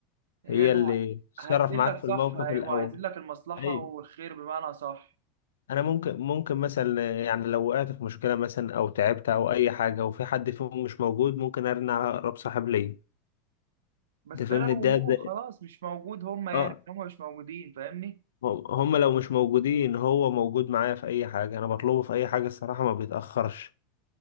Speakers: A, on the right (about 80°); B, on the left (about 85°).
A: هي
B: هي
A: لا
B: اللي تتصرف
A: هتدلك
B: معاك في
A: صح
B: الموقف
A: أيوة
B: الاول
A: عايزين لك المصلحة
B: اي
A: والخير بمعنى صح
B: انا ممكن ممكن مثلا يعني لو وقعت في مشكله مثلا او تعبت او اي حاجه وفي حد فيهم مش موجود ممكن ارن على اقرب صاحب ليا
A: بس
B: انت
A: ده
B: فاهمني
A: لو هو
B: ده ده
A: خلاص مش موجود هما يعني
B: اه
A: هما مش موجودين فاهمني
B: هم هم لو مش موجودين هو موجود معايا في اي حاجه انا بطلبه في اي حاجه الصراحه ما بيتاخرش